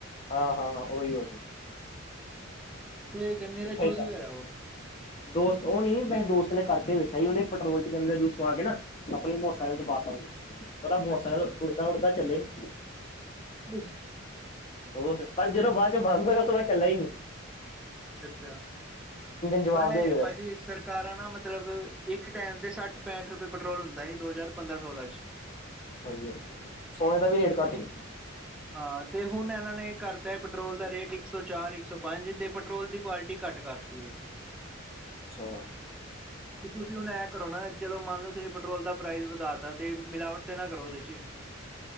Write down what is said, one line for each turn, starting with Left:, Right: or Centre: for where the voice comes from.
Left: ਹਾਂ- ਹਾਂ- ਹਾਂ ਓਹੀ ਹੋ
Centre: ਅੱਛਾ, ਅੱਛਾ। ਤੇ ਗੰਨੇ ਦਾ ਜੂਸ
Left: ਹੀ ਕਰਕੇ
Centre: ਵਗੈਰਾ ਉਹ
Left: ਦੋਸਤ, ਉਹ ਨੀ, ਮੈਂ ਦੋਸਤ ਨੇ ਕਰਕੇ ਵੇਖਿਆ ਹੀ, ਉਹਨੇ ਪੈਟਰੋਲ ਚ ਗੰਨੇ ਦਾ ਜੂਸ ਪਾ ਕੇ ਨਾ ਆਪਣੇ ਮੋਟਰਸਾਈਕਲ
Centre: ਹਾਂ ਹਾਂ
Left: ਚ ਪਾ ਤਾਂ ਹੀ, ਉਹਦਾ ਮੋਟਰਸਾਈਕਲ
Centre: ਅੱਛਾ
Left: ਉੱੜਦਾ- ਉੱੜਦਾ ਚੱਲੇ।
Centre: ਅੱਛਾ। <unintelligible>
Left: ਹੋਰ, ਪਰ ਜਦੋਂ ਬਾਅਦ ਚੋਂ ਬੰਦ ਹੋਇਆ ਉਸ ਤੋਂ, ਬਾਅਦ ਚੱਲਨਾ ਹੀ ਨਈ
Centre: ਅੱਛਾ, ਅੱਛਾ
Left: ਜਵਾਬ
Centre: ਬਾਏਭਾਜੀ
Left: ਦੇ ਹੈਗਾ
Centre: ਸਰ ਕਾਰਾਂ ਨਾ, ਮਤਲਬ ਇੱਕ ਟਾਈਮ ਦੇ ਸੱਠ ਪੈਂਠ ਰੁਪਏ ਪਟਰੋਲ ਹੁੰਦਾ ਹੀ, ਦੋ ਹਜ਼ਾਰ ਪੰਦਰਾਂ ਸੋਲਾਂ ਚ।
Left: ਹਾਂਜੀ ਹਾਂਜੀ, ਸੋਣੇ ਦਾ ਵੀ ਰੇਟ
Centre: ਇਹ ਹੁਣ
Left: ਘੱਟ ਹੀ
Centre: ਹਾਂ, ਤੇ ਹੁਣ ਏਨਾਂ ਨੇ ਕਰਤੈ ਪਟਰੋਲ ਦਾ ਰੇਟ ਇੱਕ ਸੌ ਚਾਰ- ਇੱਕ ਸੌ ਪੰਜ ਤੇ ਪਟਰੋਲ ਦੀ ਕਵਾਲਟੀ ਘੱਟ ਕਰਤੀ ਏ।
Left: ਅੱਛਾ।
Centre: ਵੀ ਤੁਸੀਂ ਹੁਣ ਐਂ ਕਰੋ ਨਾ, ਚਲੋਂ ਮੰਨ ਲਓ ਤੁਸੀਂ ਪਟਰੋਲ ਦਾ ਪ੍ਰਾਈਜ਼ ਵਧਾ ਤਾ ਤੇ ਮਿਲਾਵਟ ਤੇ ਨਾ ਕਰੋ ਉਹਦੇ ਚ। ਹ <inaudible>